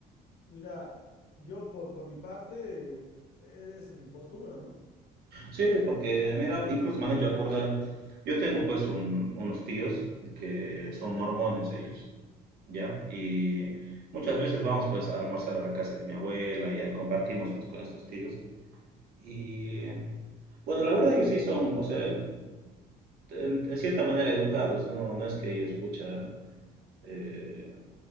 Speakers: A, on the left; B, on the right.
A: mira, yo por, por mi parte, eh, e-, esa es mi postura, ¿no?
B: Sí, porque mira, incluso me has hecho acordar, yo tengo pues un- unos tíos que son mormones ellos. ¿ya? Y muchas veces vamos pues a almorzar a la casa de mi abuela y ahí compartimos pues con estos tíos. Y bueno, la verdad ellos sí son, o sea, en, en cierta manera educados, ¿no? No es que ellos, pucha, eh,